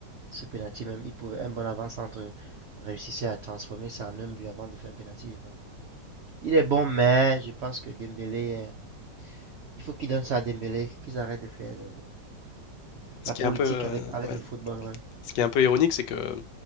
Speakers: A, on the right (about 70°); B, on the left (about 75°).
A: ce penalty, même, il pouvait, un bon avant-centre réussissait à transformer ça en un but avant de faire un penalty. Donc, il est bon, mais je pense que Dembélé, euh, il faut qu'il donne ça à Dembélé, qu'ils arrêtent de faire le-
B: Ce
A: la
B: qui
A: politique
B: est un peu, euh,
A: avec, avec
B: ouais.
A: le football. Ouais.
B: Ce qui est un peu ironique, c'est que euh,